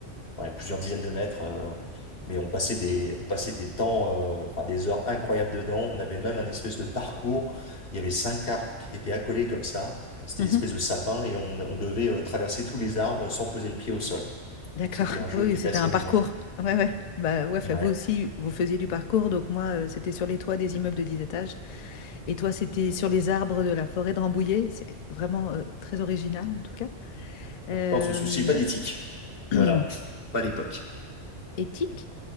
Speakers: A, on the left; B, on the left.
A: ouais, plusieurs dizaines de mètres. euh, mais on passait des, on passait des temps, euh, enfin des heures incroyables dedans. On avait même un espèce de parcours. Il y avait cinq arbres qui étaient accolés comme ça. C'était
B: Mhm.
A: des espèces de sapins et on, on devait euh, traverser tous les arbres sans poser le pied au sol.
B: d'accord.
A: Donc c'était
B: <laughs>
A: un jeu
B: Oui, oui,
A: qui était
B: c'était
A: assez
B: un
A: amusant.
B: parcours. Ouais, ouais. Bah, ouais, enfin,
A: Ouais.
B: vous aussi, vous faisiez du parcours. Donc, moi, euh, c'était sur les toits des immeubles de 10 étages. Et toi, c'était sur les arbres de la forêt de Rambouillet. C'est vraiment euh, très original, en tout cas. Euh,
A: En tout cas, on se soucie pas des tiques. Voilà,
B: <clears throat>
A: pas à l'époque.
B: Éthique,
A: Mm.